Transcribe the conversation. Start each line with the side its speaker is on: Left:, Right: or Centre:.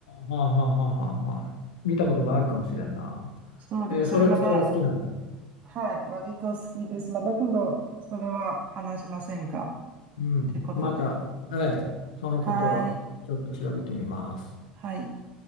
Left: はあ、はあ、はあはあは見たことがあるかもしれんな。
Right: そうです。
Left: えーそれ、
Right: それまた、
Left: それが好きなんだ。
Right: はい。割と好きです。また今度、それは話しませんかっ
Left: うん。
Right: てことで。
Left: また、はい。そのことはちょっと調べてみます。
Right: はい。はい。